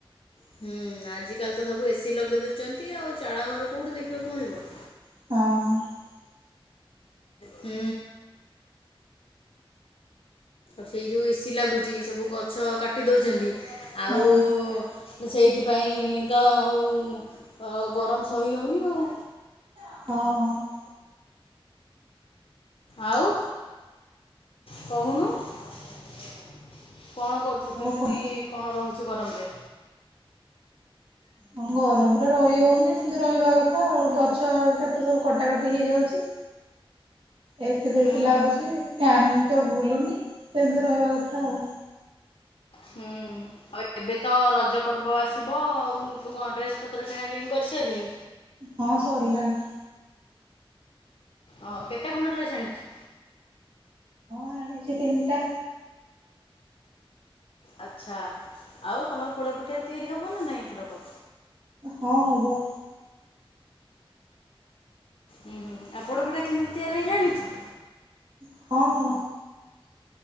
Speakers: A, on the left; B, on the right.
A: ହୁଁ ଆଜିକାଲି ତ ସବୁ ଏସିି ଲଗେଇ ଦେଉଛନ୍ତି ଆଉ ଚାଳ ଘର କୋଉଠି ଦେଖିବାକୁ ମିଳିବ।
B: ହଁ।
A: ହୁଁ। ସେଇ ଯଉ ଏସି ଲାଗୁଚି ସବୁ ଗଛ କାଟି ଦଉଚନ୍ତି। ଆଉ
B: ହଁ
A: ସେଇଥିପାଇଁ ତ ଆଉ। ତ ଗରମ ସହି ହଉନି ଆଉ।
B: ହଁ।
A: ଆଉ କହୁନୁ କଣ କରୁ ତୁ
B: ଆଉ
A: କେମିତି
B: କଣ?
A: କଣ ରହୁଛୁ ଗରମରେ।
B: ହଁ ଗରମରେ ରହି ହଉନି ସେମତି ରହିବା କଥା ଆଉ ଗଛଟା ତ ସବୁ କଟାକଟି ହେଇଯାଉଛି। ଏସି ଫେସି
A: ହୁଁ
B: ଲାଗୁଛି ଫ୍ୟାନ୍ ତ ବୁଲୁନି ସେମିତି ରହିବା କଥା ଆଉ।
A: ହୁଁ। ଆଉ ଏବେ ତ ରଜ ପର୍ବ ଆସିବ ଆଉ ତୁ କଣ ଡ୍ରେସ ପତ୍ର କିଣା କିିଣି କରି ସାଲୁଣି।
B: ହଁ ସରିଲାଣି।
A: ହ କେତେ ଖଣ୍ଡ ଡ୍ରେସ୍ ଆଣିଛୁ।
B: ଆଣିଚି ତିନିଟା।
A: ଆଚ୍ଛା ଆଉ ତମର ପୋଡ଼ପିଠା ତିଆରି ହବ ନା ନାଇଁ ଏଥରକ।
B: ହଁ ହବ।
A: ହୁଁ ହୁଁ ହୁଁ ଆଉ ପୋଡ଼ପିଠା କେମିତି ତିଆରି ହୁଏ ଜଣିଛୁ।
B: ହଁ।